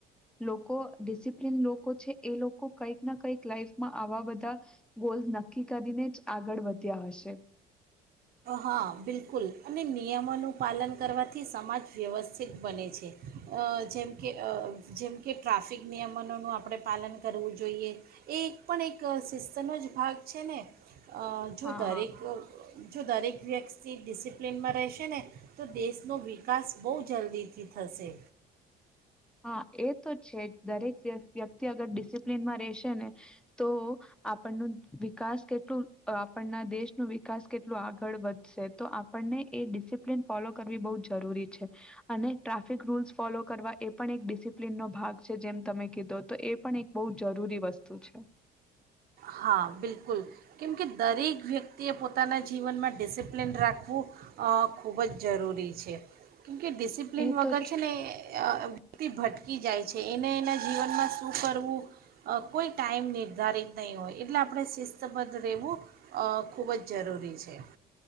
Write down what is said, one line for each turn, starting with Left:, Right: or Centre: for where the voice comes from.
Centre: લોકો ડિસિપ્લન લોકો છે એ લોકો કંઈક ના કંઈક લાઈફમાં આવા બધા ગોલ્ નક્કી કરીને જ આગળ વધ્યા હશે.
Right: હા બિલકુલ અને નિયમોનું પાલન કરવાથી સમાજ વ્યવસ્થિત બને છે, જેમ કે જેમ કે ટ્રાફિક નિયમનોનું આપણે પાલન કરવું જોઈએ, એ એક પણ એક સિસ્તનો જ ભાગ છે ને. જો
Centre: હા
Right: દરેક
Centre: હા
Right: જો દરેક વ્યક્તિ ડિસિપ્લિનમાં રહેશે ને, તો દેશનો વિકાસ બહુ જલ્દીથી થશે.
Centre: હા એ તો છે દરેક વ્યક્તિ અગર ડિસિપ્લીનમાં રહેશે ને, તો આપણ ન વિકાસ કેટલું આપણના દેશ ન વિકાસ કેટલું આગળ વધ તો આપણને એ ડિસિપ્લન ફોલો કરવી બહ જરૂરી છે, અને ટ્રાફિક રૂલ્સ ફોલો કરવા એ પણ એક ડિસિપ્લિનનો ભાગ છે જેમ તમે કીધો તો એ પણ એક બહુ જરૂરી વસ્તુ છે.
Right: હા બિલકુલ, કેમકે દરેક વ્યક્તિએ પોતાના જીવનમાં ડિસિપ્લિન રાખવું, ખૂબ જ જરૂરી છે. કેમકે ડિસિપ્લિન
Centre: એ
Right: વગર
Centre: તો
Right: છે ને એ વ્યક્તિ ભટકી જાય છે એને એના જીવનમાં શું કરવું, કોઈ ટાઈમ નિર્ધારિત નહીં હોય એટલે આપણે શિસ્તબદ્ધ રહેવું, ખૂબ જ જરૂરી છે.